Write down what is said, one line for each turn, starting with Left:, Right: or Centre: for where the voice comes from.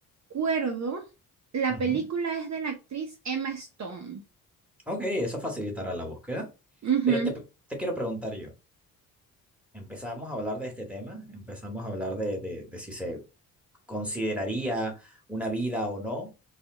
Right: acuerdo, la
Centre: Ujú.
Right: película es de la actriz Emma Stone.
Centre: Ok, eso facilitará la búsqueda.
Right: Ujú,
Centre: Pero te, te quiero preguntar yo. empezamos a hablar de este tema, empezamos a hablar de, de, de si se consideraría una vida o no,